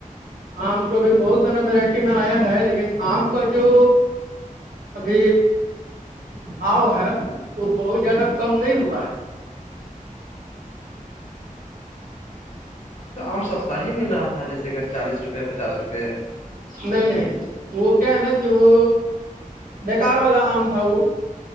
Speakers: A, on the right (about 80°); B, on the left (about 55°).
A: آم تو بھی بہت سارا ورائٹی میں آیا ہے لیکن آم کا جو ابھی بھاؤ ہے تو بہت زیادہ کم نہیں ہوا ہے
B: اب تو آم سستا ہی مل رہا تھا جیسے کہ چالیس روپے پچاس روپے
A: نہیں نہیں وہ کیا ہے نا کہ وہ بیکار والا آم تھا وہ